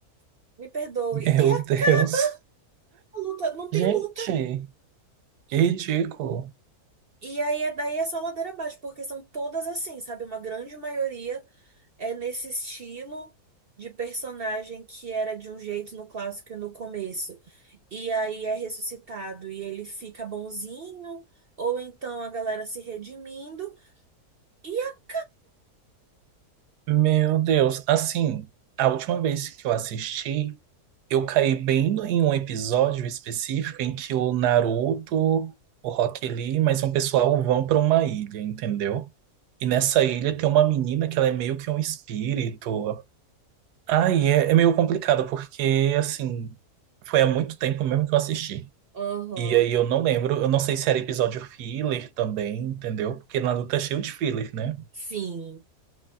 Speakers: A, on the right; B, on the right.
A: me perdoe.
B: Meu
A: E acaba
B: Deus.
A: a luta, não tem
B: Gente,
A: luta.
B: que ridículo.
A: E aí, é- daí é só ladeira abaixo, porque são todas assim, sabe? Uma grande maioria. é nesse estilo de personagem que era de um jeito no clássico e no começo. E aí é ressuscitado e ele fica bonzinho, ou então a galera se redimindo. E a...
B: Meu Deus. Assim, a última vez que eu assisti. Eu caí bem no- em um episódio específico em que o Naruto, o Rock Lee, mais um pessoal vão para uma ilha, entendeu? E nessa ilha tem uma menina que ela é meio que um espírito. Ai,
A: Vítima?
B: é, é meio complicado, porque, assim, foi há muito tempo mesmo que eu assisti.
A: Aham.
B: E aí eu não lembro, eu não sei se era episódio filler também, entendeu? Porque Naruto é cheio de filler, né?
A: Sim.